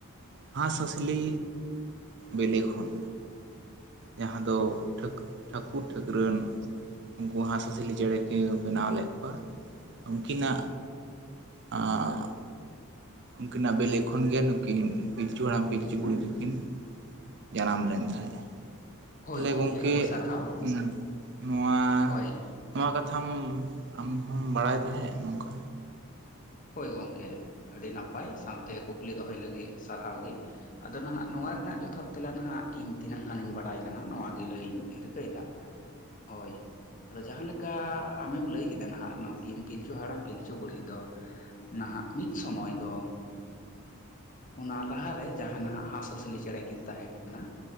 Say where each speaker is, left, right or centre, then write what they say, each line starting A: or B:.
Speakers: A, on the right; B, on the left.
A: ᱦᱟᱸᱥ ᱦᱟᱸᱥᱞᱤ ᱵᱮᱞᱮ ᱠᱷᱚᱱ᱾ ᱡᱟᱦᱟᱸ ᱫᱚ ᱴᱷᱟᱠ-ᱴᱷᱟᱹᱠᱩᱨ ᱴᱷᱟᱹᱠᱨᱟᱹᱱ ᱩᱱᱠᱩ ᱦᱟᱸᱥᱼᱦᱟᱸᱥᱞᱤ ᱪᱮᱬᱮ ᱠᱤᱱ ᱵᱮᱱᱟᱣ ᱞᱮᱫ ᱠᱚᱣᱟ, ᱩᱱᱠᱤᱱᱟᱜ ᱟᱸᱻᱟᱸ ᱩᱱ ᱠᱤᱱᱟᱜ ᱵᱮᱞᱮ ᱠᱷᱚᱱ ᱜᱮ ᱱᱩᱠᱤᱱ ᱯᱤᱞᱪᱩ ᱦᱟᱲᱟᱢ ᱯᱤᱞᱪᱩ ᱵᱩᱲᱦᱤ ᱫᱚᱠᱤᱱ ᱡᱟᱱᱟᱢ ᱞᱮᱱ ᱛᱟᱦᱮᱸᱜᱼᱮ ᱾
B: ᱦᱳᱭ
A: ᱛᱟᱦᱚᱞᱮ ᱜᱚᱢᱠᱮ
B: ᱟᱹᱰᱤ ᱥᱟᱨᱦᱟᱣ
A: ᱩᱢ ᱱᱚᱣᱟ
B: ᱦᱳᱭ
A: ᱱᱚᱣᱟ ᱠᱟᱛᱷᱟᱢ ᱟᱢ ᱦᱚᱢ ᱵᱟᱲᱟᱭ ᱛᱟᱦᱮᱸᱜ ᱱᱚᱝᱠᱟ?
B: ᱦᱳᱭ ᱜᱚᱝᱠᱮ ᱟᱹᱰᱤ ᱱᱟᱯᱟᱭ ᱥᱟᱶᱛᱮ ᱠᱩᱠᱞᱤ ᱫᱚᱦᱚᱭ ᱞᱟᱹᱜᱤᱫ ᱥᱟᱨᱦᱟᱣ ᱜᱤ ᱾ ᱟᱫᱚ ᱱᱟᱦᱟᱜ ᱱᱚᱣᱟ ᱨᱮᱱᱟᱜ ᱡᱚᱛᱷᱟᱛ ᱛᱮᱞᱟ ᱱᱟᱦᱟᱸᱜ ᱤᱧ ᱛᱤᱱᱟᱹᱜ ᱜᱟᱱᱤᱧ ᱵᱟᱲᱟᱭ ᱠᱟᱱᱟ ᱱᱚᱣᱟ ᱜᱮ ᱞᱟᱹᱭ ᱤᱧ ᱨᱤᱠᱟᱹᱭ ᱫᱟ ᱾ ᱦᱳᱭ ᱟᱫᱚ ᱡᱟᱦᱟᱸ ᱞᱮᱠᱟ ᱟᱢᱮᱢ ᱞᱟᱹᱭ ᱠᱮᱫᱟ ᱱᱟ ᱦᱟᱸᱜ ᱱᱩᱠᱤᱱ ᱯᱤᱞᱪᱩ ᱦᱟᱲᱟᱢ ᱯᱤᱞᱪᱩ ᱵᱩᱲᱦᱤ ᱫᱚ ᱱᱟᱦᱟᱜ ᱢᱤᱫ ᱥᱚᱢᱚᱭ ᱫᱚ ᱚᱱᱟ ᱞᱟᱦᱟᱨᱮ ᱡᱟᱦᱟᱸ ᱱᱟᱦᱟᱜ ᱦᱟᱸᱥᱼᱦᱟᱸᱥᱞᱤ ᱪᱮᱬᱮ ᱠᱤᱱ ᱛᱟᱦᱮᱸ ᱠᱟᱱᱟ